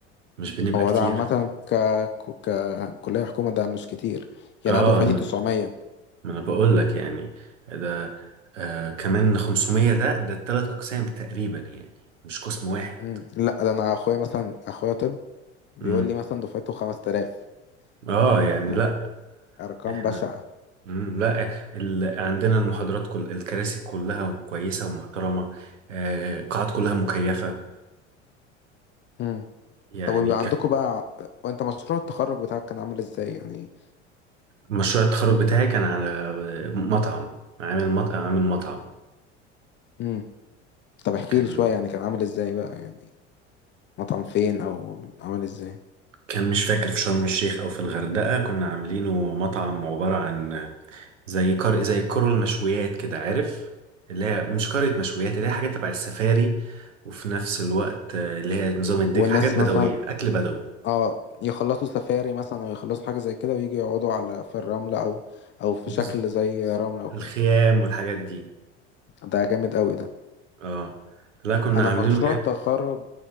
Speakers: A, on the right; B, on the left.
A: مش بنبقى كتير
B: ده عامة ك ك- كلية حكومة ده مش كتير يعني
A: اه
B: أنا دفعتي
A: ما
B: 900
A: ما انا بقول لك يعني ده آه كمان 500 ده ده التلات اقسام تقريبا يعني مش قسم واحد
B: مم. لا ده أنا أخويا مثلا أخويا طب بيقول
A: امم
B: لي مثلا دفعته 5000
A: اه
B: فأرقام
A: يعني لا احنا
B: بشعة
A: مم، لا ال... عندنا المحاضرات كل الكراسي كلها كويسة ومحترمة آه، القاعات كلها مكيفة
B: مم.
A: يعني
B: طب ويبقى
A: ك-
B: عندكم بقى وأنت مشروع التخرج بتاعك كان عامل إزاي يعني
A: مشروع التخرج بتاعي كان على مطعم عامل مطعم عامل مطعم
B: مم. طب احكي
A: كان
B: لي شوية يعني كان عامل إزاي بقى يعني مطعم فين أو عامل إزاي
A: كان مش فاكر في شرم الشيخ او في الغردقة كنا عاملينه مطعم عبارة عن زي كار زي كرة المشويات كده عارف اللي هي مش كرة مشويات اللي هي حاجات تبع السفاري وفي نفس الوقت اللي هي نظام الدك
B: والناس
A: حاجات بدوية
B: مثلا
A: أكل بدوي
B: اه يخلصوا سفاري مثلا او يخلصوا حاجة زي كده ويجي يقعدوا على في الرملة او او في
A: بز-
B: شكل زي رملة وكده
A: الخيام والحاجات دي
B: ده جامد قوي ده
A: اه لا كنا
B: انا
A: عاملينه
B: مشروع التخرج